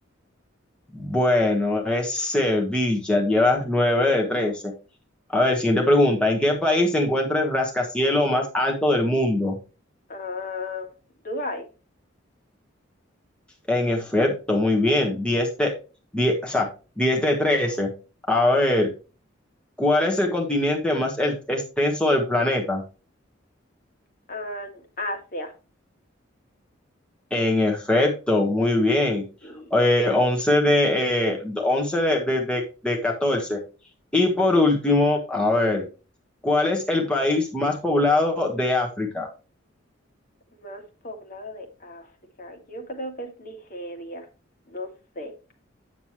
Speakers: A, in the centre; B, on the left (about 45°).
A: Bueno, es Sevilla. Llevas nueve de trece. A ver, siguiente pregunta. ¿En qué país se encuentra el rascacielos más alto del mundo?
B: Ah, Dubái,
A: En efecto, muy bien. 10 de, 10, o sea, diez de 13. A ver, ¿cuál es el continente más el- extenso del planeta?
B: ah, Asia,
A: En efecto, muy bien.
B: y
A: Eh, 11 de, eh, 11 de, de, de, de 14. Y por último, a ver, ¿cuál es el país más poblado de África?
B: más poblada de África. Yo creo que es Nigeria, no sé,